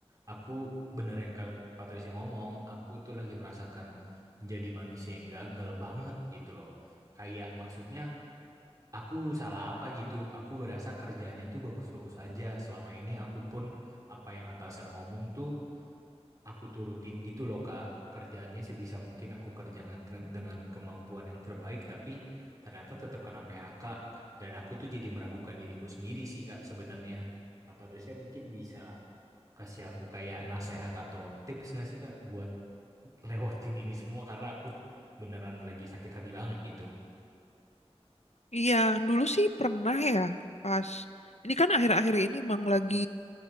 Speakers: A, on the right; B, on the left.
A: aku bener yang Kak Patricia ngomong, aku tuh lagi merasakan menjadi manusia yang gagal banget gitu loh. Kayak maksudnya aku salah apa gitu. Aku ngerasa kerjanya tuh bagus-bagus aja. Selama ini aku pun apa yang atasan ngomong tuh aku turutin gitu loh Kak. Kerjaannya sebisa mungkin aku kerjakan ke- dengan kemampuan yang terbaik, tapi ternyata tetap kena PHK dan aku tuh jadi meragukan diriku sendiri sih Kak sebenarnya. Kak Patricia mungkin bisa kasih aku kayak nasihat atau tips nggak sih Kak buat lewatin ini semua karena aku beneran lagi sakit hati banget gitu.
B: Iya, dulu sih pernah ya, pas. Ini kan akhir-akhir ini emang lagi